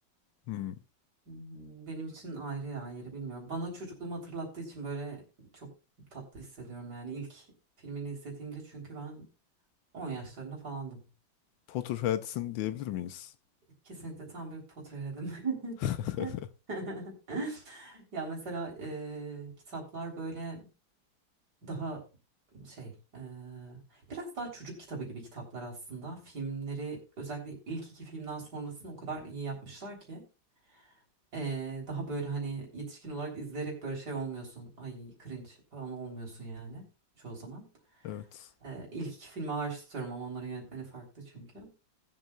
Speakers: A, on the left; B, on the right.
A: Hmm.
B: Hmm, Benim için ayrı ya yeri bilmiyorum. Bana çocukluğumu hatırlattığı için böyle çok tatlı hissediyorum. Yani ilk filmini izlediğimde çünkü ben on yaşlarında falandım.
A: Potterheads'in diyebilir miyiz?
B: Kesinlikle tam bir Potterhead'im.
A: <laughs>
B: <laughs> <laughs> Ya mesela ee, kitaplar böyle daha şey eee, biraz daha çocuk kitabı gibi kitaplar aslında. Filmleri özellikle ilk iki filmden sonrasını o kadar iyi yapmışlar ki eee, daha böyle hani yetişkin olarak izleyerek böyle şey olmuyorsun. Ay cringe falan olmuyorsun yani çoğu zaman.
A: Evet.
B: Eee ilk iki filmi hariç tutuyorum ama onların yönetmeni farklı çünkü.